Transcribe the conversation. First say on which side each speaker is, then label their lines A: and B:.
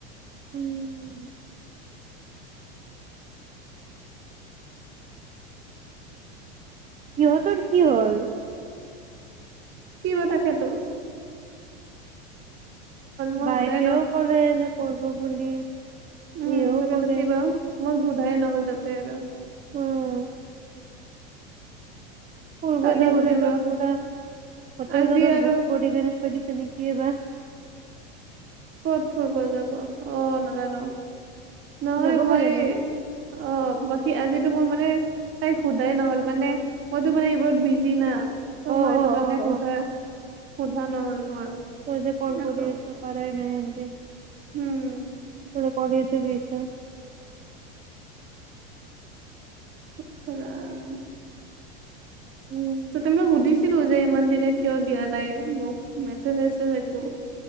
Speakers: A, on the right; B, on the right.
A: উম। ইহঁতৰ কি হ'ল?
B: কি বা থাকে তো। মই
A: বাইকেও
B: সোধাই
A: ক'লে যে কৰব বুলি।
B: <unintelligible>
A: ইও ক'লে
B: মই সোধাই নহ'ল তাতে আৰু।
A: উম। ফূৰ্ব
B: কালি
A: যাবলৈ
B: সুধিম
A: গৈ
B: ৰ
A: পুৰা, হোটেল
B: আজি
A: চোটেল
B: আৰু
A: বুক কৰি কেনে থৈ দিছ তেনেকে বাচ
B: ক'ত ফূৰব যাব, অ', নাজানো। নহয়
A: যাব
B: মই,
A: পাৰে ন
B: অ', বাকী আজিতো মোৰ মানে তাইক সোধাই নহল, মানে মইতো মানে এইবোৰত বিজি না। ত'
A: অ
B: মই এইটোকৰণে
A: অ অ
B: সুধা
A: অ
B: সোধা নহ'ল মোৰ।
A: তই যে কল
B: আকৌ
A: কৰি আছ পাৰে নাই এনকে
B: উম
A: <unintelligible> কলেজো গৈছে
B: উফ ৰাম
A: উম
B: ত তুমি সুধিছ যে ইমান দিনে কিয় দিয়া নাই মোক মেচেজ চেছেজ একো